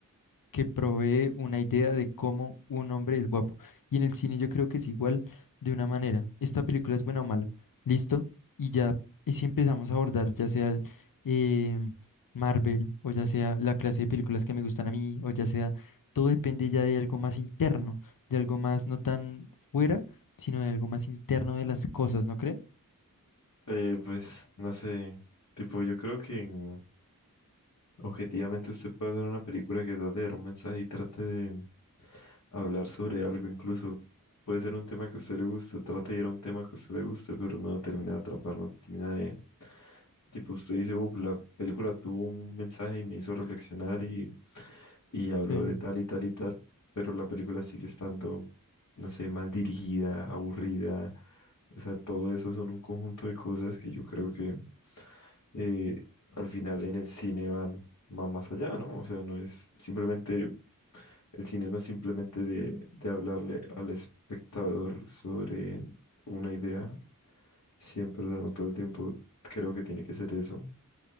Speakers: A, on the left; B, on the left.
A: que provee una idea de cómo un hombre es guapo. Y en el cine yo creo que es igual de una manera. Esta película es buena o mala. Listo. Y ya, y si empezamos a abordar, ya sea el, eh, Marvel, o ya sea la clase de películas que me gustan a mí, o ya sea, todo depende ya de algo más interno, de algo más no tan fuera, sino de algo más interno de las cosas, ¿no cree?
B: Eh, pues no sé, tipo yo creo que mm, objetivamente usted puede hacer una película que trate de dar un mensaje y trate de hablar sobre algo, incluso puede ser un tema que a usted le guste, trate de ir a un tema que a usted le guste, pero no lo termina de atrapar, no termina de... Tipo usted dice, uff, la película tuvo un mensaje y me hizo reflexionar y, y habló
A: Sí,
B: de tal y tal y tal, pero la película sigue estando, no sé, mal dirigida, aburrida, o sea, todo eso son un conjunto de cosas que yo creo que eh, al final en el cine van, va más allá, ¿no? O sea, no es simplemente, el cine no es simplemente de, de hablarle al espectador sobre una idea, siempre, o sea, no todo el tiempo creo que tiene que ser eso,